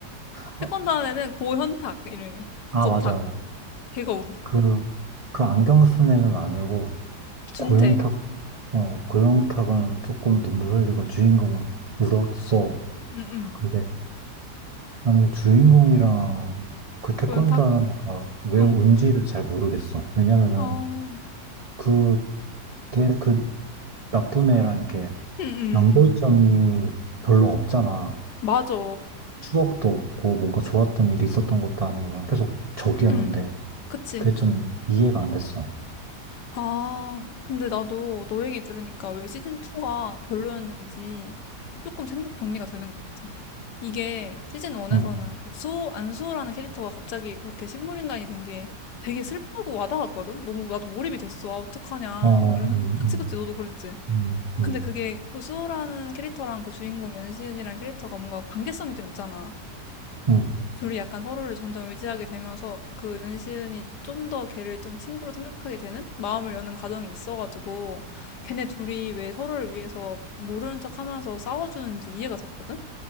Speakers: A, on the right (about 70°); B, on the left (about 75°).
A: 아,
B: 태권도 안에는 고현탁, 이름이.
A: 아,
B: 고탁.
A: 맞아.
B: 걔가 우리?
A: 그, 그 안경 쓴 애는 안 울고,
B: 준태.
A: 고현탁, 어, 고영탁은 조금 눈물 흘리고 주인공은 울었어.
B: 응, 응.
A: 근데 나는 주인공이랑 그 태권도
B: 고현탁?
A: 하는 애가 왜
B: 어.
A: 운지를 잘 모르겠어. 왜냐면은
B: 아,
A: 그, 걔, 그 나쁜 애랑 이렇게
B: 응,
A: 연결점이
B: 응.
A: 별로 없잖아.
B: 맞아.
A: 추억도 없고 뭔가 좋았던 일이 있었던 것도 아니고 그냥 계속 적이었는데
B: 응, 그치.
A: 그게 좀 이해가 안 됐어.
B: 아, 근데 나도 너 얘기 들으니까 왜 시즌2가 별로였는지 조금 생각 정리가 되는 것 같아. 이게 시즌1에서는
A: 응.
B: 그 수호, 안수호라는 캐릭터가 갑자기 그렇게 식물인간이 된 게 되게 슬프고 와닿았거든? 너무 나도 몰입이 됐어. 아, 어떡하냐.
A: 어, 어,
B: 막 이런
A: 음,
B: 생각. 그치,
A: 음,
B: 그치. 너도 그랬지.
A: 음, 음.
B: 근데 그게 그 수호라는 캐릭터랑 그 주인공 연시은이라는 캐릭터가 뭔가 관계성이 좀 있잖아.
A: 응,
B: 둘이 약간 서로를 점점 의지하게 되면서 그 윤시은이 좀 더 걔를 좀 친구로 생각하게 되는 마음을 여는 과정이 있어가지고 걔네 둘이 왜 서로를 위해서 모르는 척 하면서 싸워주는지 이해가 됐거든?